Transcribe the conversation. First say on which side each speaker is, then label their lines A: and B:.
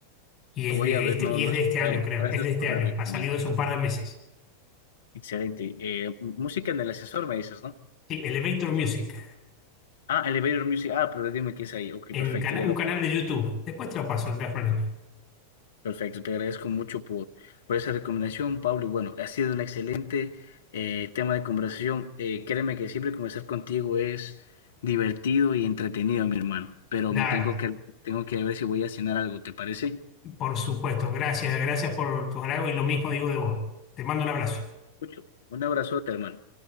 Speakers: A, on the left (about 30°); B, on the left (about 60°).
A: Y es
B: Lo voy
A: de
B: a ver,
A: este,
B: no,
A: y
B: no
A: es de
B: he escuchado.
A: este año, creo.
B: Gracias
A: Es de este
B: por
A: año.
B: la recomendación.
A: Ha salido hace un par de meses.
B: Excelente. Eh, música en el ascensor, me dices, ¿no?
A: Sí, Elevator Music.
B: Ah, Elevator Music. Ah, pero dime qué es ahí. Ok,
A: En
B: perfecto.
A: cana-
B: Ya
A: un
B: lo,
A: canal de YouTube. Después te lo paso, no te das problema.
B: perfecto. Te agradezco mucho por, por esa recomendación, Pablo. Y Bueno, ha sido un excelente eh, tema de conversación. Eh, créeme que siempre conversar contigo es divertido y entretenido, mi hermano. Pero
A: Dale,
B: me tengo que, tengo que ver si voy a cenar algo, ¿te parece?
A: por supuesto. Gracias, gracias por tus halagos y lo mismo digo de vos. Te mando un abrazo.
B: Mucho. Un abrazote, hermano.